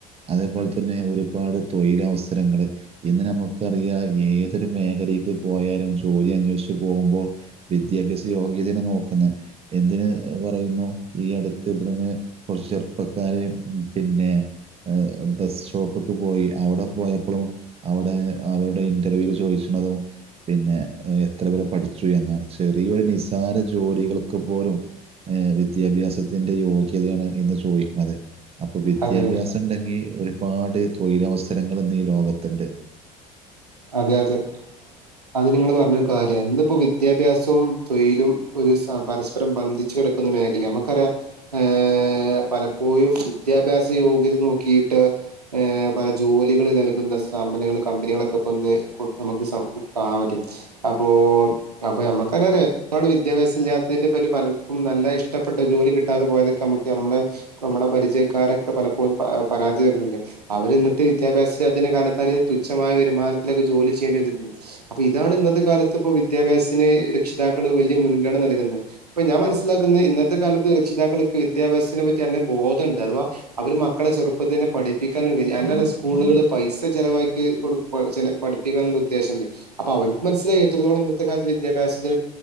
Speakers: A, on the right; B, on the right.
A: അതേപോലെ തന്നെ ഒരുപാട് തൊയിലവസരങ്ങള് ഇന്ന് നമുക്ക് ക്കറിയാ ഏതൊരു മേഖലീക്ക് പോയാലും, ജോലി അന്വേഷിച്ച് പോവു മ്പോ വിദ്യാഭ്യാസ യോഗ്യ നോക്കുന്ന. എന്തിന് പറയുന്നു ഈ അടുത്ത് ഇവിടുന്ന്, കുറച്ച് ചെറുപ്പക്കാര് പിന്നെ ഡ്രസ് ഷോപ്പ് പോയി. അവിടെ പോയപ്പളും അവിടെ അവരുടെ ഇന്റർവ്യൂല് ചോദിച്ച്ണതും പിന്നെ എത്ര വരെ പഠിച്ചു എന്നാണ്. ചെറിയൊരു നിസാര ജോലികൾക്ക് പോലും എ വിദ്യാ വിദ്യാഭ്യാസത്തിന്റെ യോഗ്യതയാണ് ഇന്ന് ചോദിക്കണത്. അപ്പോ വിദ്യാഭ്യാസം
B: അതെ
A: ണ്ടെങ്കി ഒരു ഒരുപാട് തൊഴിലവസരങ്ങൾ ഇന്ന് ഈ ലോകത്തണ്ട്
B: അതെ, അതെ, അത് നിങ്ങള് പറഞ്ഞ കാര്യ. ന്നിപ്പോ വിദ്യാഭ്യാസവും, തൊഴിലും ഒരു സ പരസ്പരം ബന്ധിച്ച് കെടക്കുന്ന മേഖലാ നമുക്കറിയ ഏ പലപ്പോഴും വിദ്യാഭ്യാസ യോഗ്യത നോക്കിട്ട് എ ജോലികൾ നൽകുന്ന സ്ഥാപനങ്ങൾ, കമ്പനികളൊക്കെ പ്പ ന്ന് നമുക്ക് കാണാൻ പറ്റും. അപ്പോ അപ്പൊ നമക്കെന്നെ അറിയാ ഒരു പാട് വിദ്യാ സം ല്ലാത്തിന്റെ പേരിൽ പലർക്കും, നല്ല ഇഷ്ടപ്പെട്ട ജോലി കിട്ടാതെ പോയതൊക്കെ, നമുക്ക് നമ്മ നമ്മുടെ പരിചയക്കാ പലപ്പോഴും പരാതി വരുന്നുണ്ട്. അവരിന്ന് ട്ട് വിദ്യാഭ്യാസ ല്ലാത്തിന്റെ കാരണത്താല് തുച്ഛമായ വരുമാന ക്കെ ജോലി ചെയ്യണ്ടി വന്നിരുന്നു. അപ്പൊ ഇതാണ് ഇന്നത്തെ കാലത്ത്, ഇപ്പോ വിദ്യാഭ്യാസത്തിന് രക്ഷിതാക്കള് വലിയ മുൻഗണന നൽകുന്നത് പ്പ ഞാൻ മനസ്സിലാക്കുന്ന ഇന്നത്തെ കാലത്ത് രക്ഷിതാക്കൾക്ക് വിദ്യാഭ്യാസത്തിനെ പറ്റി നല്ല ബോധണ്ട്. അഥവാ അവര് മക്കളെ ചെറുപ്പ തന്നെ പഠിപ്പിക്കാനും, അല്ല ല്ല സ്കൂളുകള് പൈസ ചെിലവാക്കി കൊടു പ ചെല പഠിപ്പിക്കണം ന്നുള്ള ഉദ്ദേശണ്ട്. അപ്പൊ അവർക്ക് മനസ്സിലായി എത്രത്തോളം ഇന്നത്തെ കാലത്ത് വിദ്യാഭ്യാസത്തി